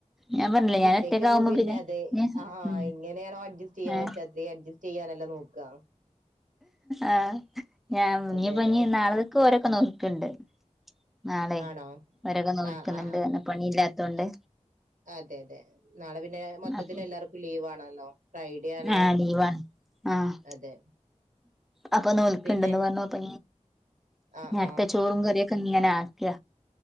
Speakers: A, in the centre; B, on the right.
A: ഞാൻ പറഞ്ഞില്ലേ
B: ഒറ്റക്ക
A: ഞാൻ ഒറ്റക്കാവുമ്പോ
B: പിന്നെ അതെ
A: ഞാൻ
B: ആഹ്
A: ഉം
B: എങ്ങനെയാണോ അഡ്ജസ്റ്റ് ചെയ്യാൻ
A: ഏഹ്
B: പറ്റാത്ത അഡ്ജസ്റ്റ് ചെയ്യാാനല്ലോ നോക്കുക
A: ആ് ഞാൻ മുഞ്ഞി
B: അതെ
A: പഞ്ഞഞ്
B: അതെ
A: നാളെക്ക് ഓരൊക്കെ നോക്കണ്ട് നാളെ
B: ആണോ
A: ഒരകെ നോൽക്കുന്നുണ്ട്
B: ആ ആ ആ
A: എന്നെ പണി ഇല്ലാത്തൊണ്ട്
B: ആ, അതെ അതെ നാളെ പിന്നെ മൊത്തത്തി
A: അപ്പൊ
B: എല്ലാവർക്കും ലീവ് ആണല്ലോ ഫ്രൈഡേ എവിടൊണ്
A: ആഹ് ലീവാണ് ആഹ്
B: അതെ
A: അപ്പൊ നോൽക്കണ്ടന്ന്
B: പിന്നെ
A: പറഞ്ഞപ്പ
B: ആ
A: നേരത്തെ
B: ആ
A: ചോറും കറിയ ക്ക ഇങ്ങനെ ആക്കിയ